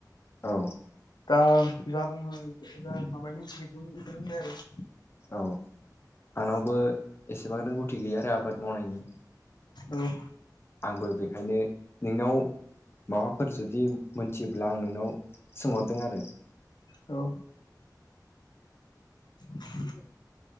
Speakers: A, on the left (about 35°); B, on the left (about 80°).
A: औ
B: दा जा बुङो जा माबायो मोनथियो बेखौनो बुंबाय आरो
A: औ आंनावबो एसेबां रोंगौथि गैया आरो आबाद मावनायनि
B: औ
A: आंबो बेखायनो नोंनाव माबाफोर जुदि मोनथियोब्ला आं नोंनाव सोंहरदों आरो
B: औ <inaudible>